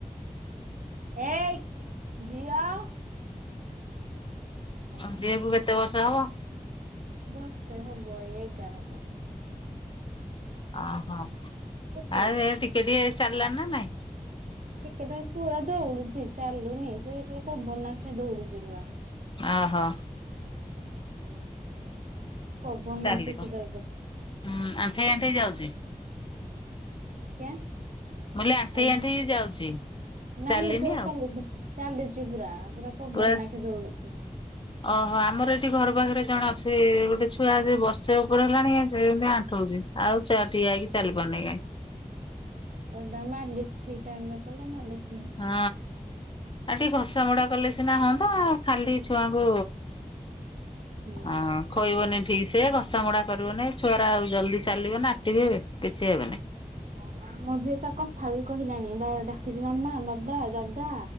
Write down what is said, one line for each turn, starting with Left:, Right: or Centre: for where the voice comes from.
Right: ଏକ ଝିଅ। ହାଲୋ
Left: ଆ ଝିଅଗୁ କେତେ ବର୍ଷ ହବ
Right: ବର୍ଷେ ହବ ଏଗାର ହବ।
Left: ଓହୋ
Right: ଛୋଟିଆ
Left: ଆଉ
Right: ଛୁଆଟେ
Left: ଟିକେ ଟିକେ ଚାଲିଲଣି ନା ନାଇଁ।
Right: ଟିକେ ଟ ପୁରା ଦଉଡୁଛି ଚାଲୁନି ସେ ପୁରା ପବନ ନାଖେ ଦୌଉଡୁଛି ପୁରା।
Left: ଆ ହୋ
Right: ହୁଁ। ପବନ
Left: ଚାଲିବ
Right: ନା ସିଧା ହଁ
Left: ହୁଁ ଆଣ୍ଠେଇ ଆଣ୍ଠେଇ ଯାଉଚି
Right: କି
Left: ମୁଁ କହିଲି ଆଣ୍ଠେଇ
Right: ଆଞ
Left: ଆଣ୍ଠେଇ ଯାଉଚି।
Right: ନାଇଁ
Left: ଚାଲିନି
Right: ପୁରା
Left: ଆଉ
Right: ଚାଲୁ ଚାଲିଛି ପୁରା। ପବନ
Left: ପୁରା
Right: ନାଖେ ଦୌଡୁଛି।
Left: ଓହୋ ଆମର ଏଠି ଘର ପାଖରେ ଜଣେ ଅଛି ଗୋଟେ ଛୁ ଛୁଆ ଯ ବର୍ଷେ ଉପରେ ହେଲାଣି କାଇଁ ସେମିତି ଆଣ୍ଠଉଚି ଆଉ ଛ ଠିଆ ହେଇକି ଚାଲି ପାରୁନି କାଇଁ।
Right: ଅଁ ଦାମାଡ ଡିଷ୍ଠିକ ଟାଇମରେ କଲେ ନା ଡିସ୍
Left: ହଁ ଆଉ ଟିକେ ଘଷା ମୋଡା କଲେ ସିନା ହଅନ୍ତା ଖାଲି ଛୁଆଙ୍କୁ
Right: ହଁ।
Left: ଆ ଖୋଇବନି ଠିକ ସେ ଘଷା ମୋଡ଼ା କରିବନି ଛୁଆରା ଆଉ ଜଲଦି ଚାଲିବ ନା ଆକ୍ଟିଭ ହେବେ। କିଛି ହେବେନି।
Right: ଆଉ ମୋ ଚ କଥା ବି କହିଲାଣି ବା ଡାକୁଚି ମାମା ବାବା ଦାଦା।